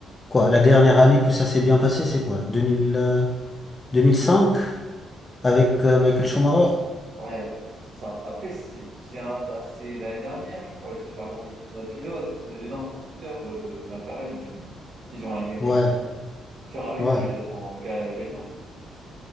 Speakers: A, on the left; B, on the right.
A: quoi, la dernière année que ça s'est bien passé, c'est quoi? 2000, euh, 2005 avec euh, Michael
B: Oui,
A: Schumacher?
B: ils ont gagné. Ouais, c'est ça. Après, c'est bien passé l'année dernière, je crois, ils étaient pas loin en championnat pilote, et non, constructeur, ouais, de McLaren, mais bon, ils ont rien gagné,
A: Ouais,
B: quoi. Ferrari,
A: ouais.
B: tu les attends ga- gagnants, quoi.